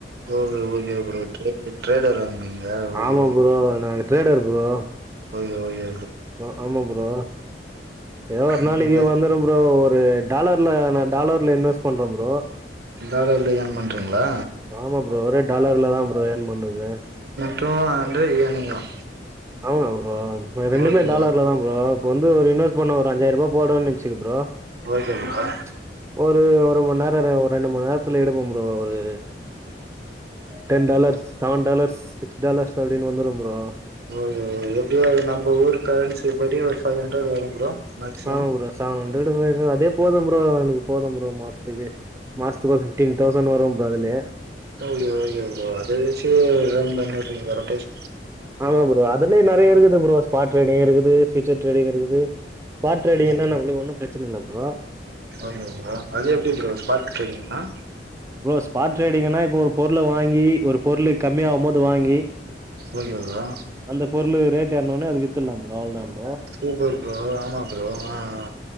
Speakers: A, on the right; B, on the right.
A: okay okay bro trader ட்ரேடரா நீங்க ஓகே
B: ஆமா
A: ஓகே
B: ப்ரோ நாங்க trader bro
A: okay okay
B: bro ஆமா ப்ரோ ஏதோ ஒரு நாள்
A: இந்த
B: லீவ்
A: மாதிரி
B: வந்துரும் ப்ரோ ரோ டாலர்ல நான் டாலர்ல இன்வெர்ஸ் பண்றோம் ப்ரோ
A: இதாடல ஏர்ன் பண்றீங்களா
B: ஆமா ப்ரோ ஒரே டாலர்ல தான் ப்ரோ ஏன் பண்றது
A: ட்டு வந்து இயர்ணிங்கும்
B: ஆமா ப்ரோ ரெண்டுமே
A: ஓகே
B: டாலர்ல தான் ப்ரோ வந்து ஒரு இன்வெ்ட பண்ணும் ஒரு அஞ்சாயரம் ரூபா போட ச்சு ப்ரோ
A: ஓகே ப்ரோ
B: ச்சு ஒரு ஒரு மணி நேரம் ஒரு ரெண்டு மணி நேரத்துல எடுபோம் ப்ரோ ஒரு ten dollars seven dollars six dollars அப்பின்னு வந்துரும் ப்ரோ
A: ஓகே எப்படியோ அது நம்ம ஊர் கரன்சி படி ஒரு ஃபைவ் ஹண்ட்ரட் வரும் ப்ரோ மேக்ஸிமம்
B: ஆமா ப்ரோ செவன் ஹண்ட்ரட்டு வரும் அதே போதும் ப்ரோ எனக்கு போதம் ப்ரோ மாத்துக்கு மாசத்துக்கு ஒரு ஃபிப்டீன் தவ்ச ண்ட்டு வரும் ப்ரோ அதுலே
A: ஓகே ஓகே ப்ரோ அத வச்சு ரன் பண்ணிருவீங்க ரொட்டேஷ
B: ஆமோ ப்ரோ அதுலேயு நெறைய இருக்குது க்குது ப்ரோ பாட் ட்ரேடிங் இருக்குது ஃபியூசர் ட்ரேடிங் இருக்குது பாட் ட்ரேடிங் என்ன
A: ம்
B: நம்ளுக்கு ஒன்னும் பிரச்ச பிரச்சன இல்ல ப்ரோ
A: ஓகே ப்ரோ அது எப்படி ப்ரோ பாட் ட்ரேடிங்ன்னா
B: ப்ரோ ஸ்பாட் ட்ரேடிங்னா ஒரு பொருள வாங்கி ஒரு பொருளு கம்மியாகும் போது வாங்கி
A: ஓகே ப்ரோ
B: அந்த பொருளு ரேட் ஏறுன உடன அது வித்தரலா ப்ரோ அவ்ளோதான் ப்ரோ
A: சுப்பர் ப்ரோ ஆமா ப்ரோ ஆ ஆ